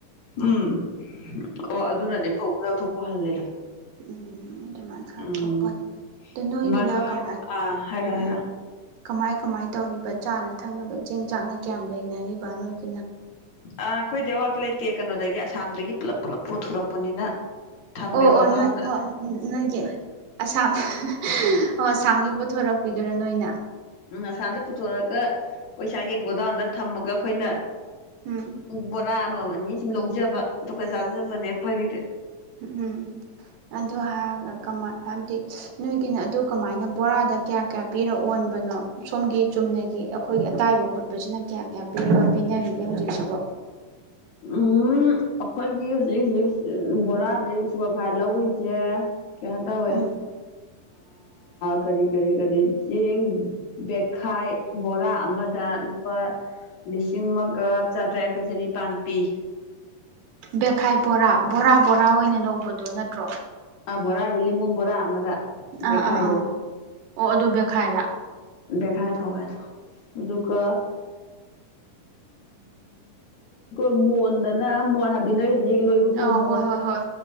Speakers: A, on the left (about 60°); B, on the right (about 80°).
A: ꯎꯝ ꯑꯣ ꯑꯗꯨꯅꯅꯦ ꯐꯧ ꯂꯧꯊꯣꯛꯄ ꯍꯜꯂꯦ
B: ꯎꯝ ꯎꯝ ꯑꯗꯨꯃꯥꯏꯅ ꯈꯔ
A: ꯎꯝ
B: ꯊꯣꯛꯄꯅꯤ ꯑ ꯅꯣꯏꯒꯤꯅ
A: ꯃꯗꯨ ꯍꯥꯏ
B: ꯀꯃꯥꯏ
A: ꯑꯥ ꯍꯥꯏꯔꯣ ꯍꯥꯏꯔꯣ
B: ꯎꯝ ꯀꯃꯥꯏ ꯀꯃꯥꯏ ꯇꯧꯔꯤꯕ ꯆꯥꯅ ꯊꯛꯅꯕ ꯆꯦꯡ ꯆꯥꯛꯅ ꯀꯌꯥꯝ ꯂꯩꯅꯔꯤꯕ ꯅꯣꯏꯒꯤ
A: ꯑꯥ ꯑꯩꯈꯣꯏꯗꯤ ꯑꯋꯥꯠꯄ ꯂꯩꯇꯦ ꯀꯩꯅꯣꯗꯒꯤ ꯑꯁꯥꯝꯗꯒꯤ ꯄꯨꯂꯞ ꯄꯨꯂꯞ ꯄꯨꯊꯣꯔꯛꯄꯅꯤꯅ ꯊꯝꯃꯦ
B: ꯑꯣ
A: ꯒꯣꯗꯥꯎꯟꯗ
B: ꯑꯣ ꯅꯣꯏ ꯑꯣ ꯅꯣꯏꯒꯤ ꯑꯁꯥꯝ ꯑꯣ ꯑꯁꯥꯝꯒꯤ ꯊꯣꯔꯛꯄꯤꯗꯨꯔꯥ ꯅꯣꯏꯅ
A: ꯎꯝ ꯑꯁꯥꯝꯗ ꯄꯨꯊꯣꯔꯛꯑꯒ ꯑꯩꯈꯣꯏꯁꯥꯏꯒꯤ ꯒꯣꯗꯥꯎꯟꯗ ꯊꯝꯃꯒ ꯑꯩꯈꯣꯏꯅ
B: ꯎꯝ
A: ꯕꯣꯔꯥ ꯑꯃꯥꯃꯝ ꯑꯅꯤꯅꯤ ꯁꯨꯝ ꯂꯧꯖꯕ ꯗꯨꯒ ꯆꯥꯖꯕꯅꯦ ꯈꯣꯏꯒꯤꯗꯤ
B: ꯎꯝ ꯎꯝ ꯑꯗꯨ ꯍꯥꯏꯔꯒ ꯀꯃꯥꯏ ꯍꯥꯏꯕꯗꯤ ꯅꯣꯏꯒꯤꯅ ꯑꯗꯨ ꯀꯃꯥꯏꯅ ꯕꯣꯔꯥꯗ ꯀꯌꯥ ꯀꯌꯥ ꯄꯤꯔ ꯑꯣꯟꯕꯅꯣ ꯁꯣꯝꯒꯤ ꯆꯨꯝꯅꯒꯤ ꯑꯩꯈꯣꯏꯒꯤ ꯑꯇꯥꯏꯕ ꯈꯣꯠ ꯁꯤꯅ ꯀꯌꯥ ꯀꯌꯥ ꯄꯤꯔꯒ ꯄꯤꯅꯔꯤꯒꯦ ꯍꯧꯖꯤꯛꯁꯤꯕꯣ
A: ꯎꯝ ꯑꯩꯈꯣꯏꯒꯤ ꯍꯧꯖꯤꯛ ꯍꯧꯖꯤꯛ ꯕꯣꯔꯥꯗꯩ ꯁꯨꯄꯔ ꯐꯥꯏꯟ ꯂꯧꯔꯤꯁꯦ ꯀꯩꯅꯣ ꯇꯧꯏ
B: ꯎꯝ
A: ꯀꯔꯤ ꯀꯔꯤ ꯀꯔꯤ ꯆꯦꯡ ꯕꯦꯛꯈꯥꯏ ꯕꯣꯔꯥ ꯑꯃꯗ ꯂꯨꯄꯥ ꯂꯤꯁꯤꯡ ꯑꯃꯒ ꯆꯥꯇ꯭ꯔꯦ ꯌꯥꯡꯈꯩ ꯆꯅꯤꯄꯥꯥꯟ ꯄꯤ
B: ꯕꯦꯈꯥꯏ ꯕꯣꯔꯥ ꯕꯣꯔꯥ ꯕꯣꯔꯥ ꯑꯣꯏꯅ ꯂꯧꯕꯗꯣ ꯅꯠꯇ꯭ꯔꯣ
A: ꯑ ꯕꯣꯔꯥ ꯍꯥꯏꯗꯤ ꯂꯤꯃꯣꯟ ꯕꯣꯔꯥ ꯑꯃꯗ ꯕꯦꯈꯥꯏꯗꯣ
B: ꯑꯥ ꯑꯥ ꯑꯥ ꯑꯣ ꯑꯗꯨ ꯕꯦꯈꯥꯏꯔ
A: ꯕꯦꯈꯥꯏ ꯀꯧꯏ ꯑꯗꯣ ꯑꯗꯨꯒ ꯎꯝ ꯃꯣꯟꯗꯅ ꯃꯣꯟ ꯍꯥꯏꯗꯤ ꯍꯧꯖꯤꯛ ꯂꯣꯛꯏꯕ ꯐꯥꯎ
B: ꯑꯥ
A: ꯃꯣꯟ
B: ꯍꯣꯏ ꯍꯣꯏ ꯍꯣꯏ